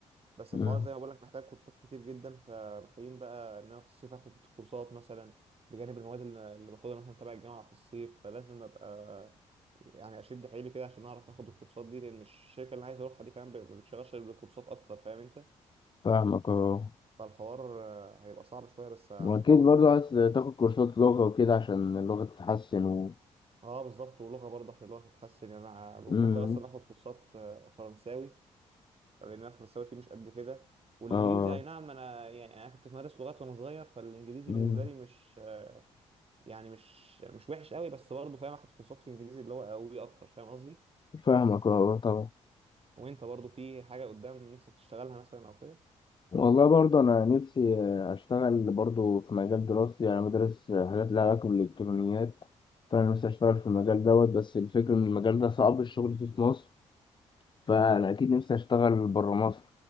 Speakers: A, on the right; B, on the left.
A: بس
B: مم.
A: الحوار زي ما بقول لك محتاج كورسات كتير جدا فمحتاجين بقى ان انا في الصيف اخد كورسات مثلا بجانب المواد اللي اللي باخدها مثلا تبع الجامعه في الصيف فلازم ابقى يعني اشد حيلي كده عشان اعرف اخد الكورسات دي لان الشركه اللي انا عايز اروحها دي كمان ما بتشغلش غير بالكورسات اكتر فاهم انت
B: فاهمك اه
A: فالحوار آه، هيبقى صعب شوية بس هحاول
B: واكيد برضو
A: أظبطه
B: عايز
A: يعني
B: تاخد كورسات لغة وكده عشان اللغة تتحسن و
A: اه بالظبط ولغة برضه عشان اللغة تتحسن يعني انا بفكر
B: مم.
A: اصلا اخد كورسات آه، فرنساوي لان انا فرنساوي فيه مش قد كده والانجليزي
B: اه
A: اي نعم انا يعني انا كنت بمارس لغات وانا صغير فالانجليزي
B: مم.
A: بالنسبة لي مش آه، يعني مش مش وحش قوي بس برضه فاهم اخد كورسات في انجليزي اللي هو قوي اكتر فاهم قصدي
B: فاهمك اه اه، طبعا
A: وانت برضه في حاجة قدام نفسك تشتغلها مثلا او كده
B: والله برضو انا نفسي آه، اشتغل برضو في مجال دراستي يعني أنا بدرس آه، حاجات لها علاقة بالالكترونيات فانا نفسي اشتغل في المجال دوت بس الفكرة ان المجال ده صعب الشغل فيه في مصر فانا اكيد نفسي اشتغل برا مصر